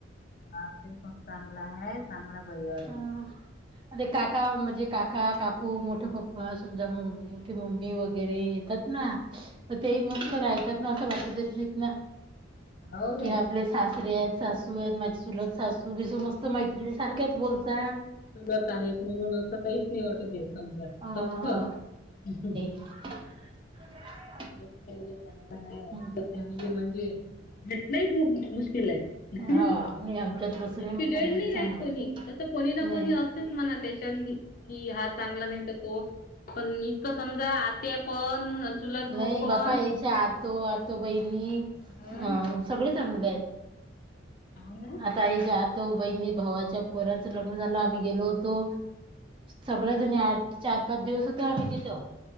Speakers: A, on the left (about 45°); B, on the right (about 25°).
A: बाप रे खूप चांगला आहे. चांगला परिवार.
B: हा
A: आहे.
B: अ काका म्हणजे काका काकू मोठे पप्पा समजा म्हणजे. मोठे मम्मी वगैरे येतात ना. तर ते मस्त राहतात. ना असं वाट देत नाहीत ना
A: हो काय
B: की आपले. सासरे आहेत सासू आहेत माझी चलत सासू बी स मस्त मैत्री सारख्याच बोलता.
A: परत आहेत म्हणून असं काहीच नाही. वाटत घ समजा
B: हा हा
A: सखस.
B: <unintelligible>
A: चांग अस
B: हं, हं,
A: तर फॅमिली
B: हं.
A: म्हणजे भेटणंही खूप मुश्किल आहे
B: हा नाही आमच्यात तसं
A: इतकी
B: नाही बाप्पा
A: गोड
B: लयच
A: नाही राहत
B: चांगलं
A: कोणी तसं कोणी ना
B: नाही
A: कोणी असतेच म्हणा त्याच्यातली. की हा चांगला नाही तर तो पण इतकं समजा आत्या पण चुलत. भाऊ
B: नाही
A: पण
B: बापा या्यच्या आतो आतो बहिणी
A: हा
B: अ सगळे चांगले आहेत.
A: हो ना.
B: आता आईच्या आतो बहिणी भावाच्या पोराच लग्न झालं आम्ही गेलो होतो. सगळ जणी आठ चार पाच दिवसच आम्ही तिथं